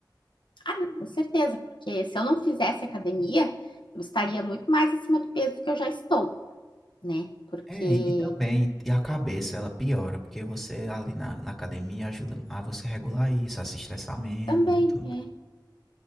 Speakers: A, on the left; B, in the centre.
A: Ah, não, com certeza, porque se eu não fizesse academia, eu estaria muito mais acima do peso do que eu já estou, né? Porque
B: É, e, e também, e a cabeça ela piora, porque você ali na, na academia ajuda a você regular isso, a se estressar menos
A: também
B: e tudo.
A: é.